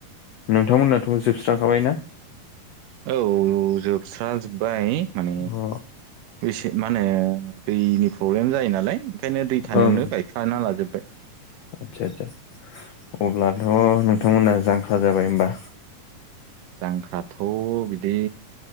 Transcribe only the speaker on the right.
औ जोबस्राजोब्बाय माने
बेसे मा होनो दैनि प्रब्लेम जायो नालाय ओंखायनो दै थानायावनो
गाय हाना लाजोब्बाय
जांख्राथ' बिदि